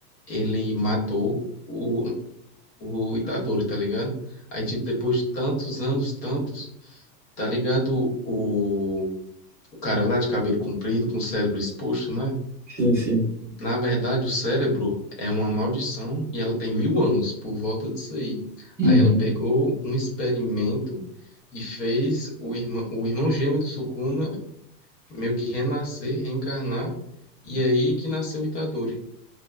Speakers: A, on the left; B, in the centre.
A: ele matou o, o Itadori, tá ligado? Aí, tipo, depois de tantos anos, tantos, tá ligado? O O cara lá de cabelo comprido, com o cérebro exposto, né?
B: Sim, sim.
A: Na verdade, o cérebro é uma maldição e ela tem mil anos por volta disso aí.
B: Uhum.
A: Aí ela pegou um experimento e fez o irmão, o irmão gêmeo do Sukuna meio que renascer, reencarnar, e é aí que nasceu o Itadori.